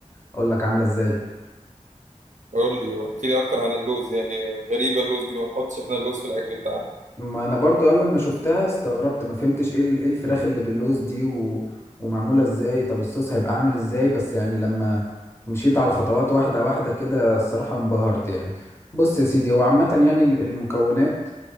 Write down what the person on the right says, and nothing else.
قول لي واحكي لي اكتر عن اللوز يعني غريبه اللوز دي ما بنحطش احنا اللوز في الاكل بتاعنا